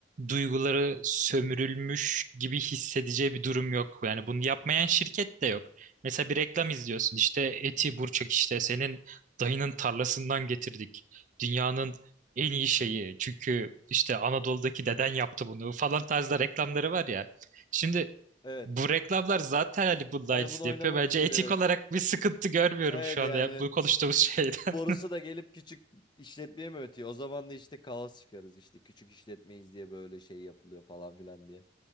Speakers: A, on the right; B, on the left.
A: duyguları sömürülmüş gibi hissedeceği bir durum yok. Yani bunu yapmayan şirket de yok. Mesela bir reklam izliyorsun işte eti burçak işte senin dayının tarlasından getirdik. Dünyanın en iyi şeyi çünkü işte Anadolu'daki deden yaptı bunu falan tarzda reklamları var ya. Şimdi
B: Evet.
A: bu reklamlar zaten hani bunun
B: Hani
A: aynısını
B: bunu oynamak
A: yapıyor. Bence
B: için
A: etik
B: evet.
A: olarak bir sıkıntı görmüyorum
B: Evet
A: şu
B: yani
A: anda ya, bu konuştuğumuz şeyden.
B: Borusu da gelip küçük işletmeye mi ötüyor? O zaman da işte kaos çıkarız işte. Küçük işletmeyiz diye böyle şey yapılıyor falan filan diye.